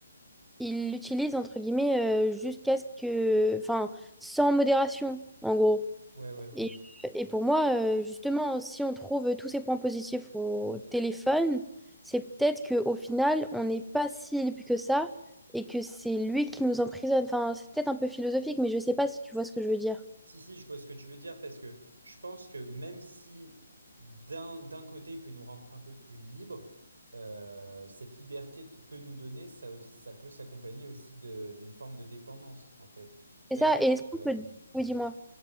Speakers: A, in the centre; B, on the right.
A: il l'utilise entre guillemets euh, jusqu'à ce que, enfin, sans modération, en gros.
B: Ouais, ouais, vraiment.
A: Et, et pour moi, euh, justement, si on trouve tous ces points positifs au téléphone, c'est peut-être qu'au final, on n'est pas si libre que ça et que c'est lui qui nous emprisonne. Enfin, c'est peut-être un peu philosophique, mais je sais pas si tu vois ce que je veux dire.
B: Si, si, je vois ce que tu veux dire parce que je pense que même si d'un d'un côté il peut nous rendre un peu plus libres, euh, cette liberté qu'il peut nous donner, ça, aussi- ça peut s'accompagner aussi de- d'une forme de dépendance en fait.
A: C'est
B: Parce
A: ça,
B: que,
A: et est-ce qu'on
B: euh,
A: peut... Oui, dis-moi.